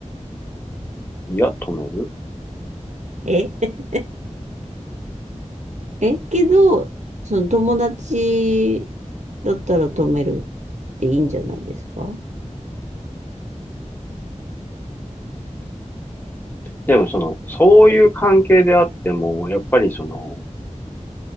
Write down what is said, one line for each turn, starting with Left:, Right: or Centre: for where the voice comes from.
Left: いや、止める。
Right: え <laughs> え、けど、その友達だったら止めるっていいんじゃないですか
Left: でもその、そういう関係であっても、やっぱりその、